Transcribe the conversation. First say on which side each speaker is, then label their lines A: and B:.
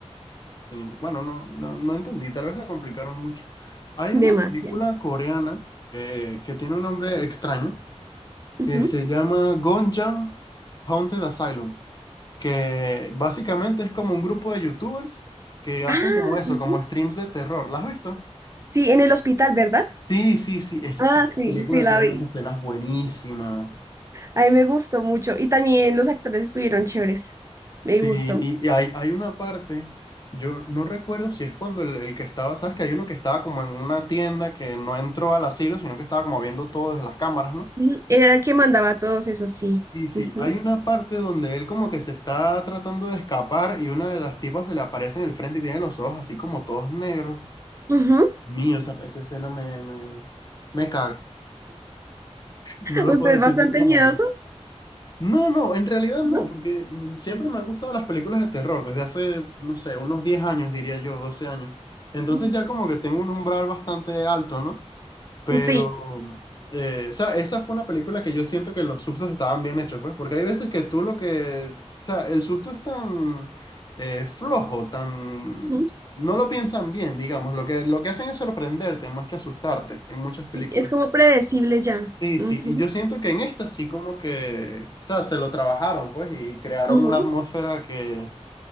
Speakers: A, on the left; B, on the right.
A: Sí, bueno, no, no, no entendí, tal vez la complicaron mucho. Hay una
B: Demasiado.
A: película coreana eh, que tiene un nombre extraño,
B: Ujú.
A: que se llama Gonjam Haunted Asylum, que básicamente es como un grupo de youtubers que hacen
B: Ah,
A: como eso,
B: ujú.
A: como streams de terror. ¿La has visto?
B: Sí, en el hospital, ¿verdad?
A: Sí, sí, sí, esa,
B: Ah,
A: esa
B: sí,
A: película
B: sí, la
A: tiene
B: vi.
A: unas escenas buenísimas.
B: A mí me gustó mucho. Y también los actores estuvieron chéveres. Me
A: Sí,
B: gustó.
A: y, y hay, hay una parte, yo no recuerdo si es cuando el, el que estaba, sabes que hay uno que estaba como en una tienda que no entró al asilo, sino que estaba como viendo todo desde las cámaras, ¿no?
B: Ujú. Era el que mandaba a todos esos, sí.
A: Sí, sí,
B: Ujú.
A: hay una parte donde él como que se está tratando de escapar y una de las tipas se le aparece en el frente y tiene los ojos así como todos negros.
B: Ujú.
A: Mío, esa, esa escena me, me, me caga. <laughs> No lo
B: ¿Usted
A: puedo
B: es
A: decir
B: bastante
A: de otra
B: miedoso?
A: manera. No, no, en realidad
B: ¿no?
A: no, porque mm, siempre me han gustado las películas de terror, desde hace, no sé, unos 10 años, diría yo, 12 años. Entonces
B: Mm,
A: ya como que tengo un umbral bastante alto, ¿no? Pero,
B: Sí,
A: eh, o sea, esa fue una película que yo siento que los sustos estaban bien hechos, pues, porque hay veces que tú lo que, o sea, el susto es tan eh, flojo, tan...
B: ujú,
A: No lo piensan bien, digamos, lo que, lo que hacen es sorprenderte más que asustarte en muchas
B: sí,
A: películas.
B: es como predecible ya.
A: Sí, sí,
B: Ujú,
A: y yo siento que en esta sí como que, o sea, se lo trabajaron, pues, y crearon
B: ujú.
A: una atmósfera que,